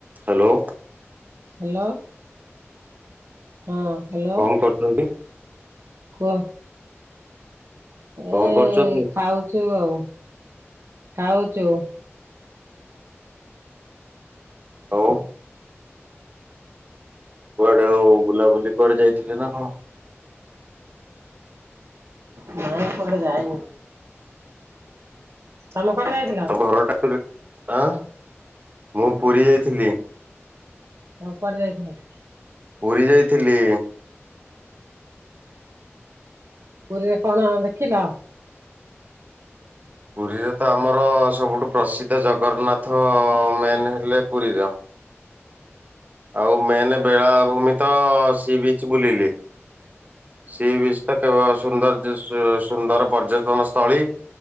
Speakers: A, on the right (about 35°); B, on the right (about 70°).
A: Hello.
B: Hello. ହଁ। Hello
A: କଣ କରୁଛନ୍ତି?
B: କୁହ।
A: କଣ
B: ଏ
A: କରୁଛନ୍ତି
B: ଖାଉଛୁ ଆଉ ଖାଉଛୁ।
A: ହଉ। କୁଆଡେ ଆଉ ବୁଲାବୁଲି କୁଆଡେ ଯାଇଥିଲେ ନା କଣ?
B: ନାଇଁ କୁଆଡେ ଯାଇନୁ ତମ କଡେ ଯାଇଥିଲ?
A: ତ ଘରଟା ଆଁ ମୁଁ ପୁରୀ ଯାଇଥିଲି।
B: ଆଉ କୁଆଡେ ଯାଇଥିଲ ନା।
A: ପୁରୀ ଯାଇଥିଲି।
B: ପୁରୀରେ କଣ ଦେଖିଲ?
A: ପୁରୀରେ ତ ଆମର ସବୁଠୁ ପ୍ରସିଦ୍ଧ ଜଗରନ୍ନାଥ ମେନ୍ ହେଲେ ପୁରୀର। ଆଉ ମେନ୍ ବେଳାଭୂମି ତ ସି ବିଚ ବୁଲିଲି ସି ବିଚ କେବେ ସୁନ୍ଦର୍ଯ୍ୟ ସୁନ୍ଦର ପର୍ଯ୍ୟଟନ ସ୍ଥଳୀ।